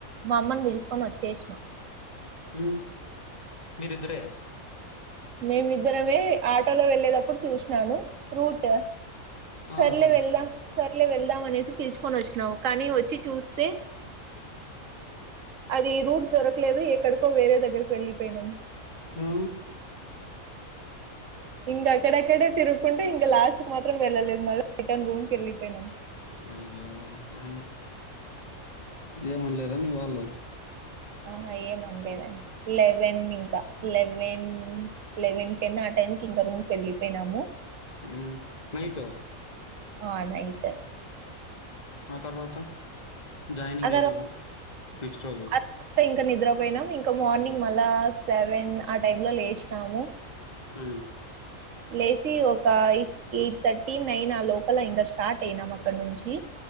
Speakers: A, on the right; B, on the left.
A: మా అమ్మని పిలుచుకొని వచ్చేసినా.
B: హ మీరిద్దరే.
A: మేమిద్దరమే ఆటోలో వెళ్ళేటప్పుడు చూసినాను రూట్. సర్లే
B: ఆ ఆ
A: వెళ్దాం సర్లే వెళ్దాం అనేసి పిలుచుకొని వచ్చినావు కానీ వచ్చి చూస్తే. అది రూట్ దొరకలేదు ఎక్కడికో వేరే దగ్గరకు వెళ్ళిపోయినాం.
B: ఊ.
A: ఇంకా అక్కడక్కడే తిరుగుకుంటే ఇంకా లాస్ట్ మాత్రం వెళ్ళలేదు మళ్ళ రిటర్న్ రూమ్కి వెళ్ళిపోయినామ్.
B: అయ్యో ఉ ఏమనలేదా మీ వాళ్ళు.
A: ఆహ ఏమండలేదండి లెవెన్ ఇంకా లెవెన్. లెవెన్ టెన్ ఆ టైం క ఇంకా రూమ్కి వెళ్ళిపోయినాము.
B: ఉ నైటో.
A: ఆ నైట్.
B: ఆ తర్వాత. జాయినింగ్
A: అదర
B: అయినారా నెక్స్ట్ రోజు
A: అద్. ఇంకా ఇంకా నిద్రపోయినాం ఇంకా మార్నింగ్ మళ్ళా సెవెన్ ఆ టై లో లేచినాము.
B: ఊ.
A: లేచి ఒక ఎయిట్ ఎయిట్ థర్టీ నైన్ ఆ లోపల ఇంకా స్టార్ట్ అయినాం అక్కడ నుంచి.